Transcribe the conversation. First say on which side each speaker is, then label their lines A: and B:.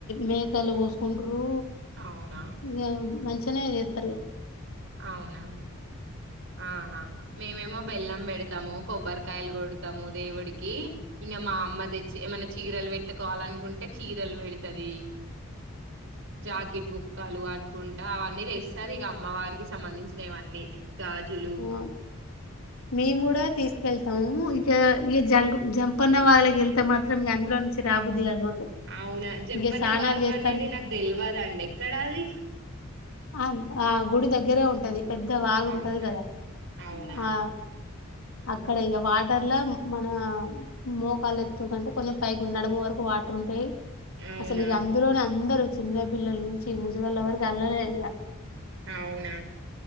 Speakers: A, on the left (about 90°); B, on the right (about 65°).
A: మేకల్ కోస్తారు
B: అవునా!
A: హ్మ్మ్ ఇంక ఏమి మంచిగానే చేస్తారు
B: అవునా ఆహా మేమేమో బెల్లం పెడతాము కొబ్బరికాయలు కొడతాము దేవుడికి ఇంక మా అమ్మ తెచ్చి ఏమి అన్న చే చీరలు పెట్టుకోవాలనుకుంటే చీరలు పెడుతుది జాకెట్ వుక్ కలు అనుకుంటా అవన్నీ తెస్తాది ఇక అమ్మవారికి సంబంధించినవన్నీ గాజులు
A: అ మేము కూడా తీసుకెళ్ మొత్తం ఇక ఇక జం జంపన్న వాగులకి వెళ్తే మాత్రం ఇక అందులో నుంచి రాబుద్ది కదా మాకు
B: అవునా జంపన్న
A: ఇక స్నానాలు
B: వాగు
A: చేస్తాంటే
B: అనేది నాకు తెలివదండి ఎక్కడాది
A: ఆ ఆ గుడి దగ్గరే ఉంటది పెద్ద వాగుంటుంది
B: అవునా
A: కదా
B: అవునా
A: ఆ అక్కడ ఇక వాటర్ లో మన మోకాలు ఎత్తు కంటే కొంచెం పైకి ఉ నడుము వరకు వాట ఉంటే
B: అవునా
A: అసలు ఇక అందులోనే అందరు చిన్న పిల్లల నుంచి ముసిగాళ్ల వరకి అల్లానే ఇక
B: అవునా